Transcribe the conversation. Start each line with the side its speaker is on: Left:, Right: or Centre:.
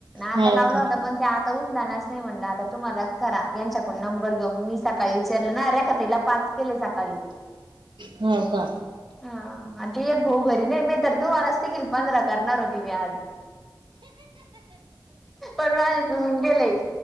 Centre: आता
Right: हो
Centre: लावला
Right: का
Centre: होता, पण ते आता उचलानाच नाही, म्हटलं आता तुम्हालाच करा यांच्याकडून नंबर मी सकाळी विचारलं ना अरे तिला पाच केले सकाळी.
Right: हो का
Centre: हा. आणि ती एक भाऊ घरी नाही, नाही तर तुम्हालाच देखील पंधरा करणार होती मी आज. पण <unintelligible> गेलय.